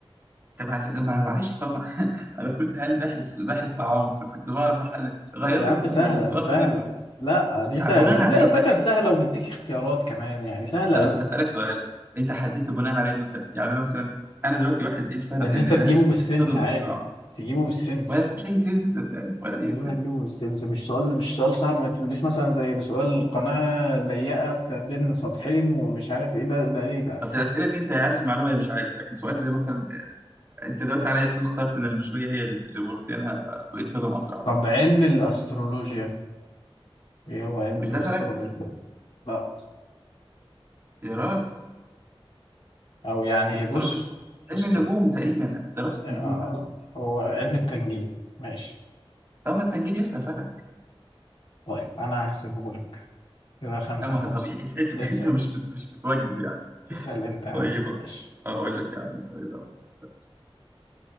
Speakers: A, on the right; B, on the left.
A: طب عش- ما معلش طبعا <laughs> انا كنت هل باحث باحث طعام فكنت بعرف احل
B: <laughs>
A: غير
B: يا
A: لي
B: عم
A: السؤال
B: سهلة
A: معلش سؤال
B: سهلة
A: غريب قوي
B: لا دي
A: يعني
B: سهلة
A: بناء
B: ده,
A: على ايه
B: ده
A: سهله
B: كان سهلة
A: طب ما-
B: ومديك اختيارات كمان يعني سهلة
A: طب
B: قوي
A: بس اسالك سؤال انت حددت بناء على إيه انه سهل يعني انا مثلا انا دلوقتي واحد ايه الفرق
B: إن
A: ان
B: أنت تجيبه
A: ده
B: بالسنس
A: بيتهضم
B: عادي
A: اسرع
B: تجيبه بالسنس
A: ولا فيهوش اي سنس صدقني ولا اي
B: والله
A: سنس
B: هتجوز سيلز مش سؤال مش سؤال صعب ما تقوليش مثلا زي بسؤال قناة ضيقة في بين سطحين ومش عارف ايه ده ده ايه ده
A: اصل الاسئله دي انت عارف المعلومه هي مش عارف لكن سؤال زي مثلا انت دلوقتي على أي اساس اخترت ان المشويه هي اللي بروتينها بيتهضم اسرع
B: طب
A: مثلا
B: علم الأسترولوجيا ايه هو علم
A: مش ده
B: الأسترولوجيا
A: فلك
B: لا
A: يا راجل
B: او يعني
A: استرولوجي
B: بص
A: علم
B: أستر...
A: النجوم تقريبا دراسه
B: آه
A: نجوم وحاجه زي كده
B: هو علم التنجيم ماشي
A: طب ما التنجيم يا اسطى فلك
B: طيب انا هحسبه لك كده خمسة
A: اما
B: خمسة
A: هو طبيعي <laughs> تحس ان
B: اسأل
A: انت مش بت... مش بتوجد يعني
B: اسأل انت يا
A: طيب
B: عم ماشي
A: اقول لك يا عم سؤال اهو استنى.